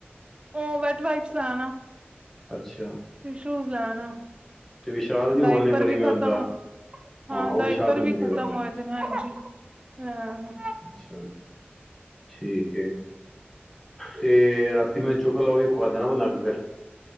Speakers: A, on the right; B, in the centre.
A: ਉਹ ਵੈਟ ਵਾਈਪਸ ਲੈ ਆਣਾ।
B: ਅੱਛਾ।
A: ਟੀਸ਼ੁਜ਼ ਲੈ ਆਣਾ
B: ਅਤੇ ਵਿਸ਼ਾਲ ਦੀ ਉਹ
A: ਡਾਇਪਰ
B: ਆਉਂਦੇ ਕਰੀ
A: ਵੀ
B: ਮੈਂ
A: ਖਤਮ
B: ਉਹਦਾ
A: ਹਾਂ
B: ਉਹ
A: ਡਾਇਪਰ
B: ਵਿਸ਼ਾਲ ਤੋਂ
A: ਵੀ
B: ਮਿਲ ਜਾਏਗਾ
A: ਖਤਮ
B: ਸਾਨੂੰ
A: ਹੋਏਦੇ ਨੇ, ਹਾਂਜੀ ਲੈ ਆਣਾ।
B: ਅੱਛਾ। ਠੀਕ ਏ, ਤੇ ਰਾਤੀ ਮੈਂ ਚੋਕੋ ਔ ਵੀ, ਖਵਾ ਦੇਣਾ ਬਣਾ ਕੇ ਫਿਰ